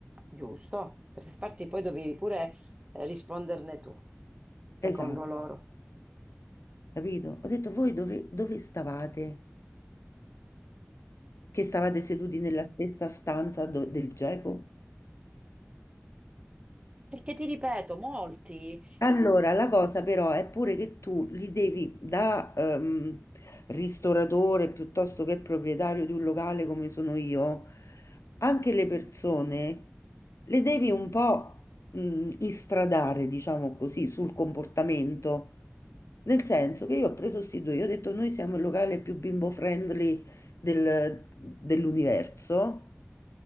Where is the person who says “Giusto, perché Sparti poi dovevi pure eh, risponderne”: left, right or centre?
Right